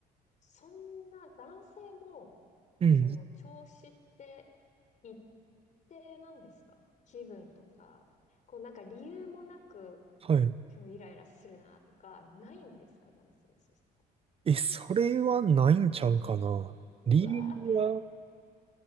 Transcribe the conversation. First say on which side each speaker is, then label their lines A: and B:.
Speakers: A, on the left; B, on the right.
A: そんな男性も、
B: うん、
A: その調子って一定なんですか気分とか、こうなんか理由もなく
B: はい。
A: 今日イライラするなとか、ないんですか男性はそした
B: え、それはないんちゃうかな。
A: ら。
B: 理由は、
A: うわー、羨ましい、